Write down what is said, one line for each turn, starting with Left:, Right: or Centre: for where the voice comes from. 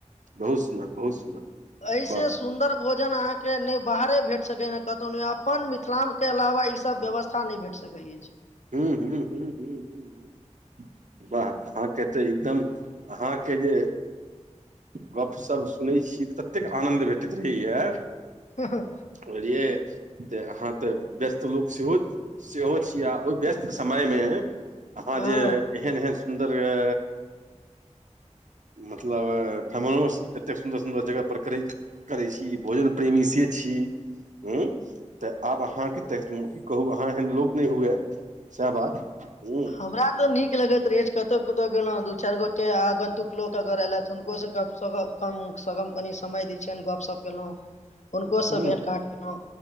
Right: बहुत सुन्दर बहुत सुन्दर।
Left: अहिसे
Right: वाह
Left: सुन्दर भोजन अहाँ के नहि बाहरे भेट सकैया ने कतौ ने अपन मिथिला के अलावा ई सब व्यवस्था नहि भेट सक सकै अछि।
Right: हूँ हूँ हूँ हूँ हूँ हूँ वाह अहाँके तऽ एकदम अहाँके जे गपशप सुनै छी ततेक आनन्द भेटैत रहैया
Left: हँ हँ
Right: बुझलियै त अहाँ त व्यस्त लोक सेहो सेहो छियै आ व्यस्त समयमें अहाँ
Left: हँ
Right: जे एहन एहन सुन्दर अ मतलब भ्रमणो एते एतेक सुन्दर सुन्दर जगह पर करैत करै छी भोजन प्रेमी से छी हू। त आब अहाँके त की कहू अहाँ एहन लोक नहि हुए सैह बात हुँ।
Left: हमरा त नीक लगैत रहै कतौ कतौ गेलहुँ दू चारि गोटे आंगनतुक लोक अगर एयलथि हुनको से गप शप कम सगम कनि समय दै छियन गपशप केलौ।
Right: <inaudible>
Left: हुनकोसँ
Right: हूँ
Left: भेँट घाट केलहुँ।